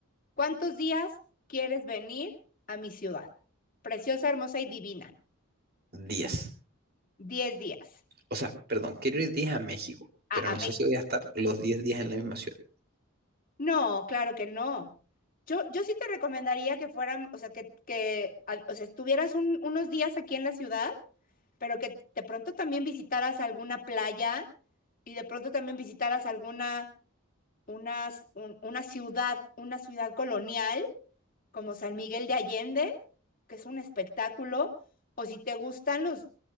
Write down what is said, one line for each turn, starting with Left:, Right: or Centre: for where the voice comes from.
Left: ¿cuántos días quieres venir a mi ciudad? Preciosa, hermosa y divina.
Right: diez,
Left: Diez días.
Right: O sea, perdón, quiero ir 10 a México,
Left: A,
Right: pero no
Left: a
Right: sé
Left: mí.
Right: si voy a estar los 10 días en la misma ciudad.
Left: No, claro que no. Yo, yo sí te recomendaría que fueran, o sea, que, que a- o sea, estuvieras un- unos días aquí en la ciudad, pero que de pronto también visitaras alguna playa y de pronto también visitaras alguna una, un- una ciudad, una ciudad colonial como San Miguel de Allende, que es un espectáculo, o si te gustan los,